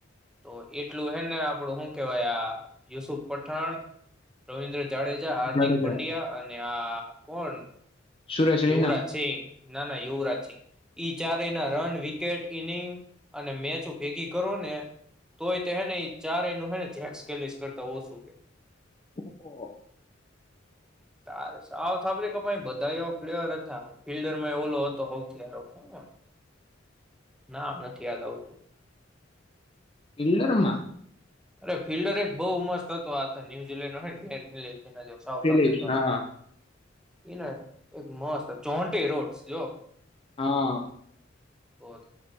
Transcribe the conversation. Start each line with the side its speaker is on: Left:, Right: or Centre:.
Centre: તો એટલું હે ને આપડું શું કેવાય આ યુસુફ પઠાણ રવિન્દ્ર જાડેજા હાર્દિક
Left: જાડેજા
Centre: પંડ્યા અને આ કોણ
Left: સુરેશ રૈના
Centre: યુવરાજ સિંહ ના ના યુવરાજ સિં ઈ ચારેય ના રન વિકેટ ઈનિંગ અને મેચ ભેગી કરો ને તોયે ચારે નું હે ને જેક એલિસ કરતા ઓછું હૈ
Left: ઓહો
Centre: તારે સાવ થબરે કે ભાઈ બધા એવો પ્લેયર હતા ફિલ્ડર માં એ ઓલો હતો હઉથીયારખોણ નામ નથી યાદ આવતું
Left: ફિલ્ડર ઓમા
Centre: અરે ફિલ્ડર એક બહુ મસ્ત હતો આ ન્યુઝીલેન્ડ નો હૈ ને જે સાઉથ
Left: ફિલિપ્સ
Centre: આફ્રિકાનો
Left: હા
Centre: એ ના એક મસ્ત જોન્ટી રોડ્સ
Left: હા
Centre: તો